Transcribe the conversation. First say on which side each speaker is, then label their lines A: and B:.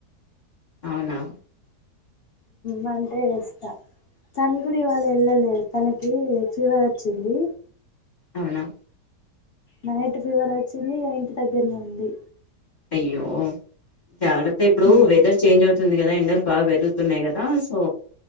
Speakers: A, on the left (about 30°); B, on the left (about 60°).
A: అవునా
B: మంటే ఎస్తా తన గుడి వాళ్ళ ఇల్లే తనక్ <unintelligible> ఫీవర్ <unintelligible> వచ్చింది
A: అవునా
B: నైట్ ఫీవర్ వచ్చింది ఈగ ఇంటి దగ్గరనే ఉంది
A: అయ్యో జాగ్రత్త ఇప్పుడు
B: ఉమ్
A: వెదర్ చేంజ్ అవు తుంది కదా ఎండలు బాగా పెరుగుతున్నాయి కదా సో